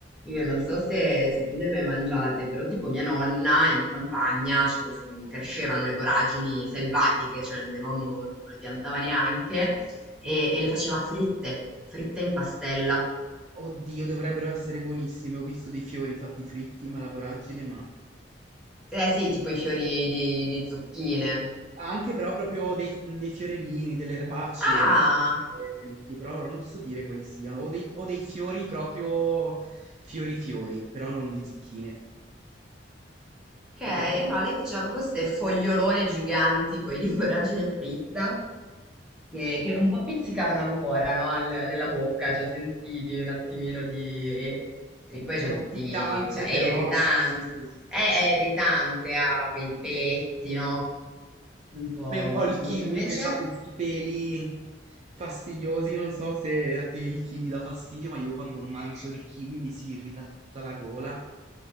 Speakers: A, in the centre; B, on the right (about 40°).
A: io non so se, se tu le hai mai mangiate, però tipo mia nonna in campagna ci cos- crescevano le boragini selvatiche, cioè mio nonno non, non le piantava neanche, e,
B: Sì?
A: e le faceva fritte, fritte in pastella.
B: Oddio, dovrebbero essere buonissime. Ho visto dei fiori fatti fritti, ma la voragine mai.
A: Eh sì, tipo i fiori di, di zucchine.
B: Anche però proprio dei, dei fiorellini, delle erbacce
A: Ah!
B: erano anche fritti, però ora non ti so dire quali siano, o dei, o dei fiori proprio fiori fiori, però non di zucchine,
A: Ok,
B: che però
A: no, lei faceva proprio queste fogliolone giganti, poi di voragine fritta, che, che un po' pizzicavano ancora, no? al- nella bocca, cioè sentivi un attimino di... Perché poi c'è
B: non
A: tutti...
B: piccante,
A: cioè è
B: però
A: irritante,
B: sì sì sì,
A: è, è irritante, ha quei peletti, no? Un po',
B: come un po'
A: un po'
B: il
A: così.
B: kiwi
A: E invece...
B: che ha questi peli fastidiosi, non so se a te il kiwi dà fastidio, ma io quando mangio il kiwi mi si irrita tutta la gola,